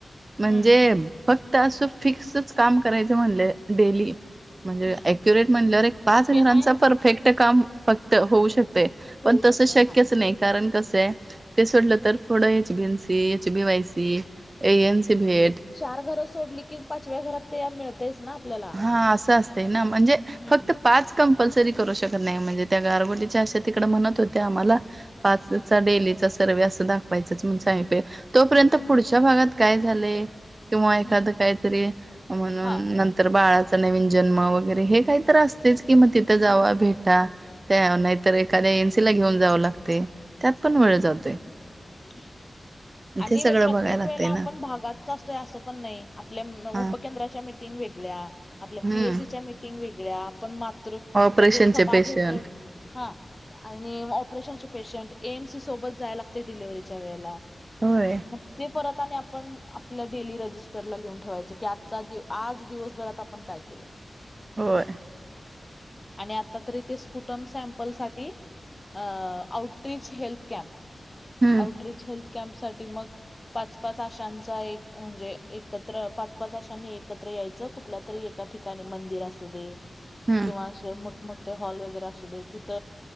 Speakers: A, on the right; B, on the left.
A: म्हणजे
B: हं,
A: फक्त असं फिक्सच काम करायचं म्हणले डेली म्हणजे
B: हं.
A: अक्युरेट म्हणल्यावर एक पाच घरांचा
B: ते नाही
A: परफेक्ट काम फक्त होऊ शकत.
B: होऊ
A: पण तस
B: शकतंय.
A: शक्यच
B: हां.
A: नाही. कारण कस आहे ते सोडलं तर पुडं HB N C HB Y C A N C भेट.
B: एक चार घरं सोडली कि पाचव्या घरात ते मिळतेस ना आपल्याला.
A: हा असं असतं ना म्हणजे
B: हं,
A: फक्त पाच. कंपल्सरी करू शकत नाही. म्हणजे त्या गारबटलीच्या अशा तिकड म्हणत होते आम्हाला पाचचा
B: हं,
A: डेलीचा सर्व अस दाखवायचाच म सांगितलय तोपर्यंत
B: हं,
A: पुढ त्या भागात काय झालय किंवा एखाद
B: हं.
A: काहीतरी म्हणून
B: हां,
A: नंतर तर बाळाचा नवीन जन्म वगैरे हे काहीत असतेच कि मग तिथं जावा भेटा. त्या नाहीतर एाद्या एनसी ला घेऊन जावं लागते. <unintelligible>
B: हं. <inaudible> आणि
A: ते सगळं
B: प्रत्येक
A: बघायला लागतंय
B: वेळेला आपण
A: ना
B: भागातच असतोय असं पण नाही आपल्या उपकेंद्राच्या
A: हा
B: मीटिंग वेगळ्या, आपल्या
A: हम्म
B: पीएससी च्या मीटिंग वेगळ्या. पण मातृ
A: ऑपरेशनचे
B: म्हणजे सभा
A: पेशंट
B: घेतोय हा आणि ऑपरेशन पेशंट, एमसी सोबत जाय लागते डिलवर्हरीच्या वेळेला.
A: होय
B: मग ते परत आणि आपण आपल्या डेली रजिस्टरला लिहून ठेवायच की आज आज दिवसभरात आपण काय केलं.
A: होय.
B: आणि आता तरी ते स्पुटम सॅम्पल साठी आउटरीच हेल्थ कॅम्प.
A: हम्म
B: आउटरीच हेल्थ कॅम्प साठी मग पाच पाच आशांचा एक म्हणजे एकत्र पाच पाच आशांनी एकत्र यायचं कुठल्या तरी एका ठिकाणी मंदिर असू दे,
A: हम्म
B: असं मोठ मोठे हॉल वगैरे असू दे तिथ